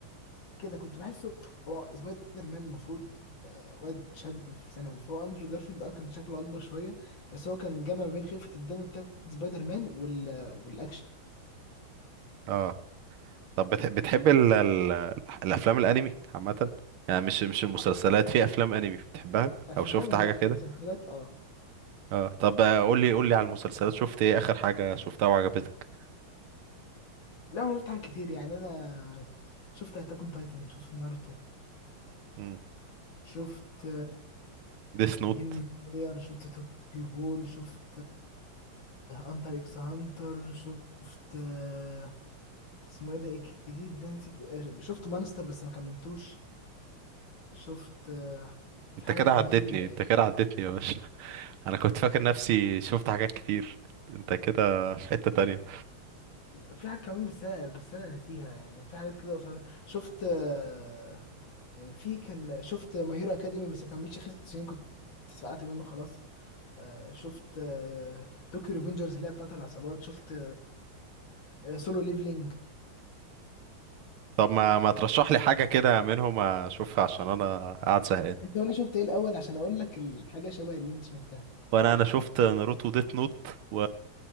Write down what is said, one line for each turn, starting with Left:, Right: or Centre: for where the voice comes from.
Left: كده كنت بحسه هو سبايدر مان المفروض آه، واد شاب في ثانوي فهو اندرو جارفيلد اه كان شكله اكبر شويه بس هو كان جمع ما بين خفه الدم بتاعت سبايدر مان وال... والاكشن
Right: اه طب بتح... بتحب ال... ال... الافلام الانمي عامه يعني مش مش المسلسلات
Left: لا،
Right: في افلام انمي بتحبها
Left: افلام
Right: او شفت حاجه
Left: لا
Right: كده
Left: مسلسلات اه
Right: اه طب آه، قول لي قول لي على المسلسلات شفت ايه اخر حاجه شفتها وعجبتك
Left: لا انا شفت حاجات كتير يعني انا شفت اتاك اون تايتن شفت ناruto
Right: امم
Left: شفت
Right: ديس نوت
Left: ديمون سلاير شفت توكيو غول شفت انتر اكس هانتر شفت آه، اسمه ايه ده إيه الجديد ده نسيت آه، شفت مانستر بس ما كملتوش شفت آه، في
Right: انت
Left: حاجة
Right: كده
Left: كمان
Right: عدتني انت كده عدتني يا باشا انا كنت فاكر نفسي شفت حاجات كتير انت كده في حتة تانية
Left: في حاجة كمان بس أنا بس أنا ناسيها يعني في حاجات كده قصيرة شفت آه، آه، في كان شفت ماي هيرو أكاديمي بس ما كملش خمس سنين كنت اتفقعت منه خلاص آه، شفت طوكيو ريفنجرز اللي هي بتاعت العصابات شفت سولو ليفلينج
Right: طب ما ما ترشح لي حاجة كده منهم اشوفها عشان انا قاعد زهقان
Left: انت قول لي شفت ايه الأول عشان أقول لك الحاجة شبه اللي انت شفتها
Right: وانا انا شفت ناروتو وديت نوت و